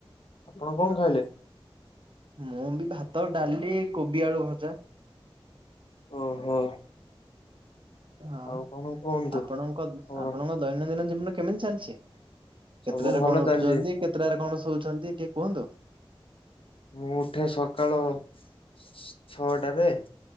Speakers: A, on the left; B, on the right.
A: ଆପଣ କଣ ଖାଇଲେ?
B: ମୁଁ ବି ଭାତ ଡାଲି କୋବି ଆଳୁ ଭଜା
A: ଓହୋ।
B: ହଁ
A: ଆଉ କଣ କୁହନ୍ତୁ
B: ଆପଣଙ୍କ
A: ଖବର?
B: ଆପଣଙ୍କ ଦୈନନ୍ଦିନ ଜୀବନ କେମିତି ଚାଲିଚି?
A: ସବୁ
B: କେତେଟାରେ
A: ଭଲ
B: କଣ
A: ଚାଲିଛି
B: ଉଠୁଚନ୍ତି କେତେଟାରେ କଣ ଶୋଉଛନ୍ତି ଟିକେ କୁହନ୍ତୁ।
A: ମୁଁ ଉଠେ ସକାଳ ଛଅଟାରେ।